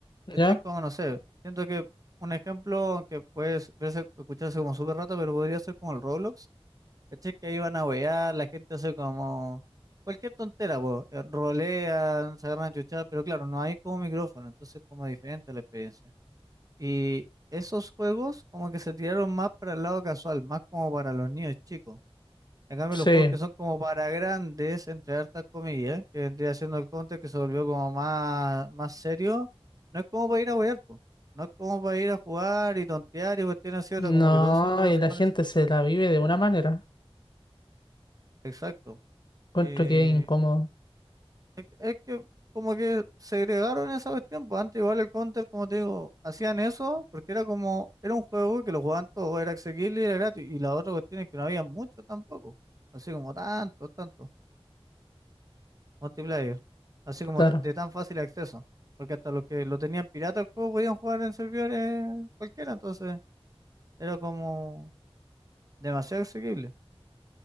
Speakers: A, on the left; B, on the right.
A: ¿Ya?
B: ¿cachai? Como no sé, siento que un ejemplo que puede verse, escucharse como súper rata, pero podría ser como el Roblox ¿Cachai? Que ahí van a huear, la gente hace como cualquier tontera, po, eh, rolean, se agarran a chuchar, pero claro, no hay como micrófono, entonces como diferente la experiencia. Y esos juegos como que se tiraron más para el lado casual, más como para los niños chicos. En cambio,
A: Sí.
B: los juegos que son como para grandes, entre hartas comillas, que vendría siendo el Counter, que se volvió como más, más serio, no es como para ir a huear, po. No es como para ir a jugar y tontear y cuestiones así, ahora
A: No,
B: como que todo se lo toma
A: y
B: súper
A: la gente
B: en serio.
A: se la vive de una manera.
B: Exacto.
A: Encuentro
B: Eh,
A: que es incómodo.
B: Es, es que como que segregaron esa cuestión, pues antes igual el Counter, como te digo, hacían eso porque era como, era un juego que lo jugaban todos, era accesible y era gratis, y la otra cuestión es que no había mucho tampoco, así como tanto, tanto, multiplayer, así como
A: Claro.
B: ta- de tan fácil acceso, porque hasta los que lo tenían pirata el juego podían jugar en servidores cualquiera, entonces era como demasiado accesible.